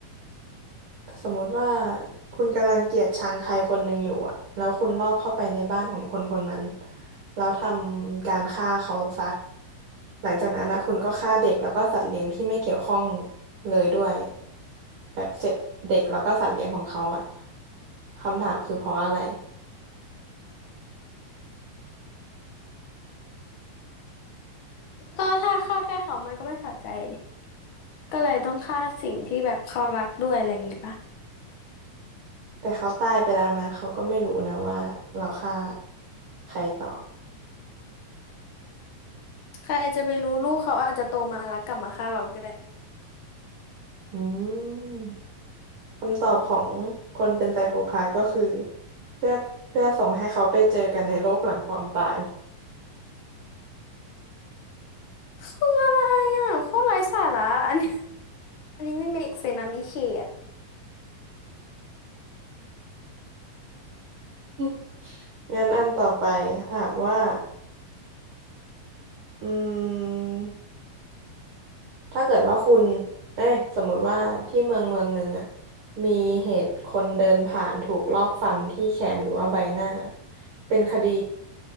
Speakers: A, on the right; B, on the left.
A: สมมุติว่าคุณกำลังเกลียดชังใครคนหนึ่งอยู่อะแล้วคุณลอบเข้าไปในบ้านของคนคนนั้นแล้วทำการฆ่าเขาซะ หลังจากนั้นนะคุณก็ฆ่าเด็กแล้วก็สัตว์เลี้ยงที่ไม่เกี่ยวข้องเลยด้วยแบบเสร็จเด็กแล้วก็สัตว์เลี้ยงของเขาอะคำถามคือเพราะอะไร
B: ก็ถ้าฆ่าแค่เขามันก็ไม่สะใจดิก็เลยต้องฆ่าสิ่งที่แบบเขารักด้วยอะไรอย่างงี้ปะ
A: แต่เขาตายไปแล้วนะเขาก็ไม่รู้นะว่าเราฆ่าใครต่อ
B: ใครจะไปรู้ลูกเขาอาจจะโตมาแล้วกลับมาฆ่าเราก็ได้
A: อืมคำตอบของคนเป็นไซโคพาธก็คือเพื่อเพื่อส่งให้เขาไปเจอกันในโลกหลังความตาย
B: คืออะไรอ่ะโคตรไร้สาระอันนี้ <laughs> อันนี้ไม่ make sense นะมิเคอ่ะ
A: <laughs> งั้นอันต่อไปถามว่าอืม ถ้าเกิดว่าคุณเอ้ยสมมติว่าที่เมืองเมืองหนึ่งอ่ะมีเหตุคนเดินผ่านถูกลอบฟันที่แขนหรือว่าใบหน้า เป็นคดี